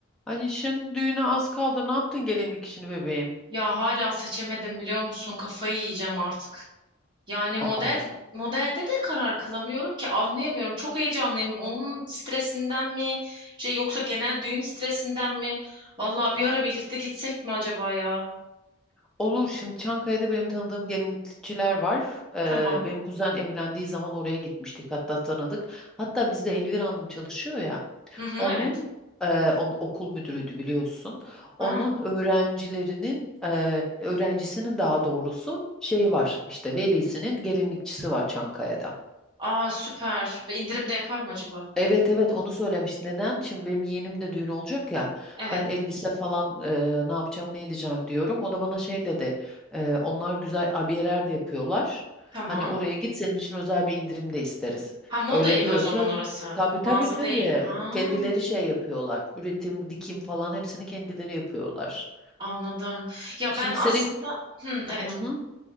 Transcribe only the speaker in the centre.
Anişim düğüne az kaldı. Ne yaptın gelinlik işini bebeğim?
Aa,
Olur. Şimdi Çankaya'da benim tanıdığım gelinlikçiler var. Ee,
benim kuzen evlendiği zaman oraya gitmiştik. Hatta tanıdık. Hatta bizde Elvira Hanım çalışıyor ya.
Onun
e, onun okul müdürüydü biliyorsun.
Onun öğrencilerinin e, öğrencisinin daha doğrusu şey var. İşte velisinin gelinlikçisi var Çankaya'da.
Evet evet onu söylemiş. Neden? Şimdi benim yeğenim de düğün olacak ya.
Ben elbise falan e, ne yapacağım ne edeceğim diyorum. O da bana şey dedi. e, onlar güzel abiyeler de yapıyorlar.
Hani oraya git senin için özel bir indirim de isteriz.
Öyle
diyorsa
tabii tabii
tabii
kendileri şey yapıyorlar. Üretim, dikim falan hepsini kendileri yapıyorlar.
Şimdi
senin
hı hı.